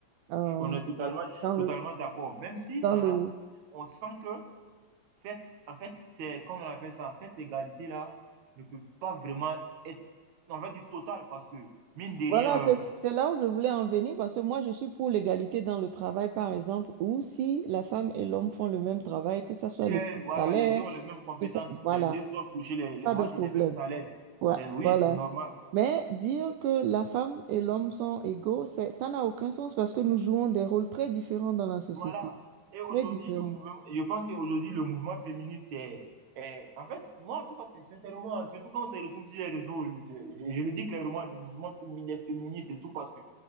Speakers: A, on the right (about 80°); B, on the right (about 60°).
A: euh,
B: on est totalement,
A: dans
B: totalement
A: le,
B: d'accord. Même si
A: dans
B: dans
A: le,
B: la, on sent que cette, en fait, c'est, comme on appelle ça, cette égalité-là ne peut pas vraiment être, on va dire, totale, parce que, mine de rien,
A: Voilà, c'est
B: euh,
A: c'est là où je voulais en venir parce que moi, je suis pour l'égalité dans le travail, par exemple, ou si la femme et l'homme font le même travail, que ça soit
B: les,
A: le même
B: voilà,
A: salaire,
B: les deux ont les mêmes compétences,
A: que ça, voilà,
B: les deux doivent toucher les, les-
A: pas
B: on
A: de
B: va
A: problème.
B: dire, les mêmes salaires.
A: Ouais,
B: C'est, oui,
A: voilà.
B: c'est normal.
A: Mais dire que la femme et l'homme sont égaux, c'est, ça n'a aucun sens parce que nous jouons des rôles très différents dans la société.
B: Voilà. Et aujourd'hui,
A: Très différents.
B: le mouvement, je pense qu'aujourd'hui, le mouvement féministe est, est- en fait, moi, en tout cas, c'est- sincèrement, surtout quand on se retrouve sur les réseaux, je, je- je le dis clairement, le mouvement féminin, féministe et tout, parce que